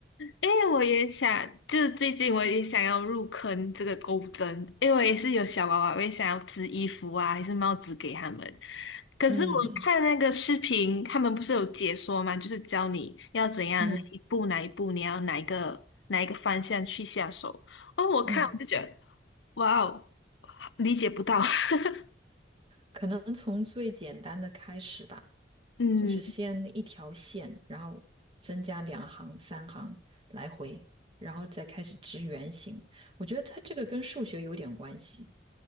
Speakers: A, on the left; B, on the right.
A: 哎，我也想，就是最近我也想要入坑这个钩针，因为我也是有小娃娃，我也想要织衣服啊，还是帽子给他们。可是我看那个视频，
B: 嗯
A: 他们不是有解说吗？就是教你要怎样哪一步哪一步，
B: 嗯
A: 你要哪一个哪一个方向去下手。哦，我看我就觉得，
B: 嗯，
A: 哇哦，理解不到。<laughs>
B: 可能从最简单的开始吧，
A: 嗯，
B: 就是先一条线，然后增加两行、三行来回，然后再开始织圆形，我觉得它这个跟数学有点关系。